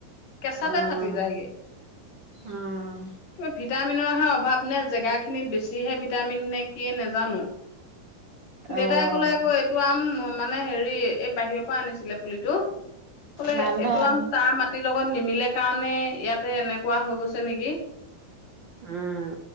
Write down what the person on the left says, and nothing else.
কেঁচাতে
ফাটি যায়গে।
কিবা ভিটামিনৰহে অভাৱ নে জেগাখিনিত বেছিহে ভিটামিন নে কি নেজানো। <inaudible> দেউতাই
ক'লে আকৌ এইটো আম। মানে হেৰি এই বাহিৰৰ পৰা আনিছিলে পুলিটো। ক'লে
এইটো আম তাৰ মাটিৰ লগত নিমিলে কাৰণে, ইয়াতে এনেকুৱা হৈ গৈছে নেকি?